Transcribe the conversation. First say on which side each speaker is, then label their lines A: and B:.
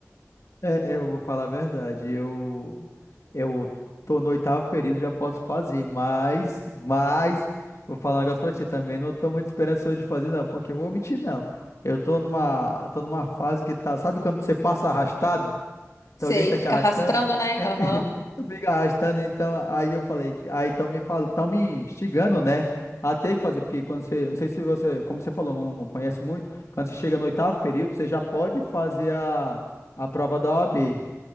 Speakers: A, on the left; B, on the left.
A: É, é, eu vou falar a verdade. Eu, eu tô no oitavo período, já posso fazer, mas, mas, vou falar um negócio pra ti também. Não tô muito esperançoso de fazer, não, porque eu vou mentir, não. Eu tô numa, eu tô numa fase que tá. Sabe quando você passa arrastado? Então
B: Sei,
A: alguém tá
B: fica
A: te arrastando?
B: arrastando, né?
A: É,
B: Aham.
A: é, Fica arrastando, então. Aí eu falei, aí estão me fal, tão me instigando, né? A ter que fazer, porque quando você, não sei se você, como você falou, não, não conhece muito, quando você chega no oitavo período, você já pode fazer a, a prova da OAB.